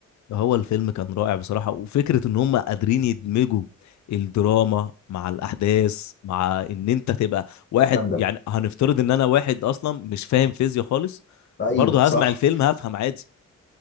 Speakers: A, on the left; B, on the left.
A: هو الفيلم كان رائع بصراحه وفكره ان هم قادرين يدمجوا الدراما مع الاحداث مع ان انت تبقى واحد
B: جامده
A: يعني هنفترض ان انا واحد اصلا مش فاهم فيزياء خالص
B: ايوه
A: برضه
B: صح
A: هسمع الفيلم هفهم عادي